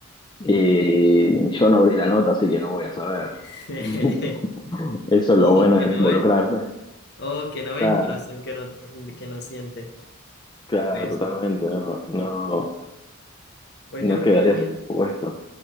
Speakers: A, on the left; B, on the left.
A: Y yo no abrí la nota, así que no voy a saber.
B: <laughs>
A: <laughs> Eso es
B: Ojos
A: lo bueno
B: que
A: de no
B: no
A: involucrarse.
B: ven, ojos que no ven,
A: Claro,
B: corazón que no, ten- que no siente.
A: claro,
B: pues
A: totalmente. No, no,
B: Pues
A: no
B: yo lo
A: quedarías
B: que haría,
A: expuesto.